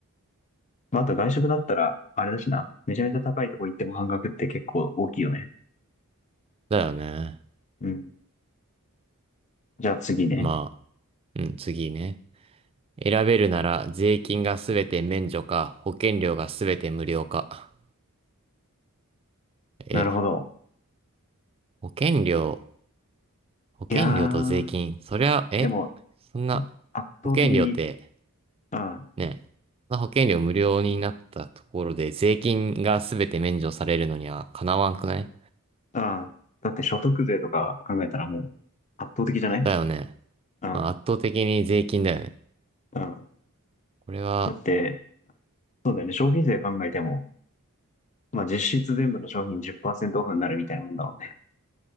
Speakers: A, on the left; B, on the right.
A: まああと外食だったら、あれだしな。めちゃめちゃ高いとこ行っても半額って結構大きいよね。
B: う、だよね。
A: うん。じゃあ次ね。
B: まあ、うん、次ね。選べるなら税金がすべて免除か、保険料がすべて無料か。え、
A: なるほど。
B: 保険料、保険料と税金、
A: いやー、
B: そりゃ、え、
A: でも、
B: そんな、
A: 圧倒的に、
B: 保険料って、
A: うん、うん。
B: ね、そんな保険料無料になったところで税金がすべて免除されるのにはかなわんくない
A: だって所得税とか考えたらもう、圧倒的じゃない
B: だよね。
A: うん、
B: まあ圧倒的に税金だよね。
A: うん。
B: これは、
A: だって、そうだよね。消費税考えても、まあ実質全部の商品10%オフになるみたいなもんだもんね。